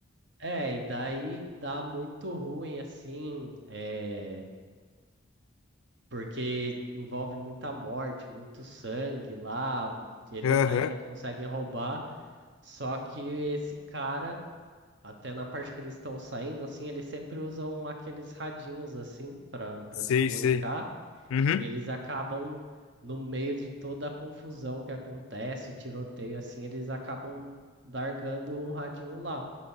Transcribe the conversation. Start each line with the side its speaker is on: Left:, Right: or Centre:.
Right: É, e daí dá muito ruim, assim, é, porque envolve muita morte, muito sangue lá. Eles
Left: Aham.
Right: ainda conseguem roubar, só que esse cara Até na parte que eles estão saindo, assim, eles sempre usam aqueles radinhos, assim, para para
Left: Sei,
Right: se comunicar.
Left: sei. Uhum.
Right: E eles acabam, no meio de toda a confusão que acontece, tiroteio, assim, eles acabam largando um radinho lá.